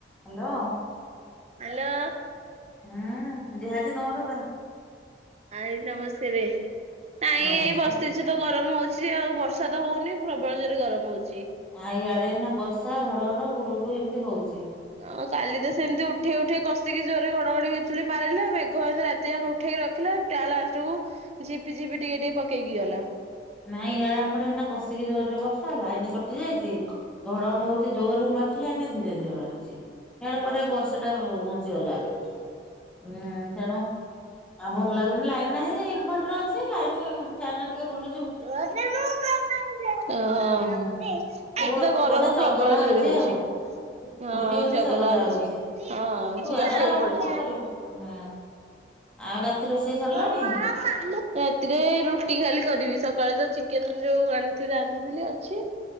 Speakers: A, in the centre; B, on the right.
A: Hello.
B: Hello.
A: ହୁଁ ଯାହା ଅଛି ତମର ତ
B: ଆଈ ନମସ୍କାରେ। ନାଇଁ
A: ନମସ୍କାର
B: ଏଇ ବସିଛୁ ତ ଗରମ ହଉଛି ଯେ ଆଉ ବର୍ଷା ତ ହଉନି ପ୍ରବଳ ଜୋରେ ଗରମ ହଉଛି।
A: ଆ ଇଆଡେ ନା ବର୍ଷା ଘଡଘଡ ଘୁଡୁଘୁଡୁ ଏମତି ହଉଛି।
B: ଆଉ କାଲି ତ ସେମତି ଉଠେଇ ଉଠେଇ କଷିକି ଜୋରରେ ଘଡଘଡି ଘଡି ବିଜୁଳି ମାରିଲା ମେଘ ଏନ୍ତି ରାତି ଯାକ ଉଠେଇକି ରଖିଲା ଟା ଲାଷ୍ଟକୁ ଝିପି ଝିପି ଟିକେ ଟିକେ ପକେଇକି କି ଗଲା।
A: ନାଇଁ ଇଆଡେ ଆମର ଏଇନା କଷିକି ଜୋରରେ ବର୍ଷା ହେଲା, ଲାଇନି କଟି ଯାଇଛି, ଘଡଘଡ ହଉଛି ଜୋରରେ ମା ମାରୁଥିଲା ଏଇନେ ଧୀରେ ଧୀରେ ମାରୁଚି ହିଆଡେ କୁଆଡେ ବର୍ଷା ଟା ଘୁଞ୍ଚିଗଲା। ହୁଁ। ସେଣୁ ଆଉ ଭଲ ଲାଗୁନି, ଲାଇନ୍ ନାହିଁ ଇନଭର୍ଟର ଅଛି ଲାଇନି ଫ୍ୟାନ ଟିକେ ବୁଲୁ
B: ହଁ ହଁ।
A: ଉଁ
B: ସେଠି
A: ପୁଅ
B: ତ ଗରମ
A: ପୁଅଟା ଚଗଲା
B: ପ୍ରବଳ ଜୋର
A: ହଉଛି
B: ହଉ
A: ଆଉ
B: ଚି। ହଁ
A: ପୁଅଟି
B: ହଁ
A: ବୋଧେ
B: ଚଗଲା ହଉଚି।
A: ହଉଛି।
B: ହଁ
A: ଛୁଆ
B: ଝିଅ
A: ଟା
B: ଶୋଇପଡିଚି।
A: ଆଉ କଣ କରିବ ହଁ। ଆଉ ରାତି ରୋଷେଇ ସରିଲାଣି
B: ମା ମା ରାତିରେ ରୁଟି ଖା କାଲି କରିବି। ସକାଳେ ତ ଚିକେନ ଯୋଉ ଆଣିକି ରାନ୍ଧିଥିଲି ଅଛି